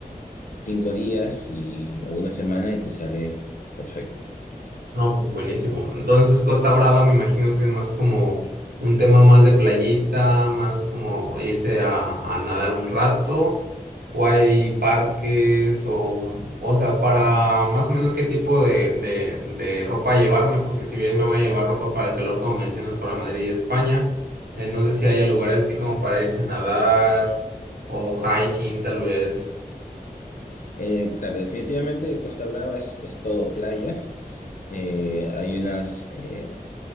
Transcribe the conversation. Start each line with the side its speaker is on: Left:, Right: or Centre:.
Left: cinco días y, o una semana y te sale perfecto.
Right: No, pues buenísimo. Entonces Costa Brava me imagino que es más como un tema más de playita, más como irse a, a nadar un rato, o hay parques, o, o sea, para más o menos qué tipo de, de, de ropa llevarme, porque si bien me voy a llevar ropa para el calor, como mencionas, para Madrid y España, eh, no sé si haya lugares así como para irse a nadar o hiking tal vez.
Left: Eh, claro, definitivamente Costa Brava es, es todo playa. Eh, hay unas, eh,